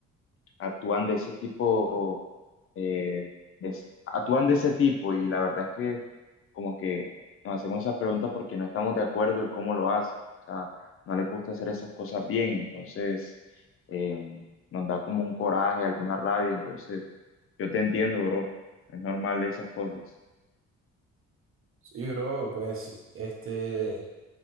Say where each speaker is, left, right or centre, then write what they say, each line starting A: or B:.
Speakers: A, on the left; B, on the right.
A: actúan de ese tipo, eh, des- actúan de ese tipo y la verdad es que como que nos hacemos esas preguntas porque no estamos de acuerdo en cómo lo hacen, o sea, no les gusta hacer esas cosas bien, entonces eh, nos da como un coraje, alguna rabia, entonces yo te entiendo, bro, es normal esas cosas.
B: Sí, bro, pues este...